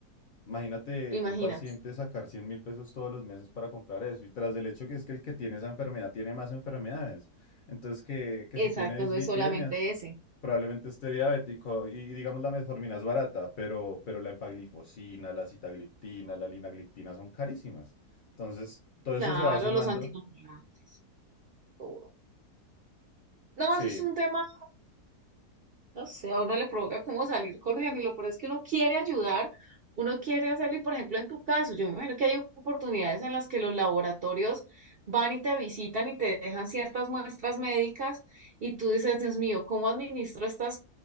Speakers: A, on the left (about 80°); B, on the right (about 85°).
A: Imagínate
B: Imagínate.
A: un paciente sacar cien mil pesos todos los meses para comprar eso. Y tras del hecho que es que el que tiene esa enfermedad tiene más enfermedades. Entonces, que, que
B: Exacto,
A: si tiene dislipidemia,
B: no es solamente ese.
A: probablemente esté diabético. Y, y digamos, la metformina es barata, pero, pero la empaglifosina, la citagliptina, la linagliptina son carísimas. Entonces, todo
B: Claro,
A: eso se va sumando.
B: los anticoagulantes, todo. No,
A: Sí,
B: eso es un tema No sé, a uno le provoca como salir corriendo y lo peor es que uno quiere ayudar, uno quiere hacerlo y por ejemplo en tu caso, yo me imagino que hay oportunidades en las que los laboratorios van y te visitan y te dejan ciertas muestras médicas y tú dices, Dios mío, ¿cómo administro estas,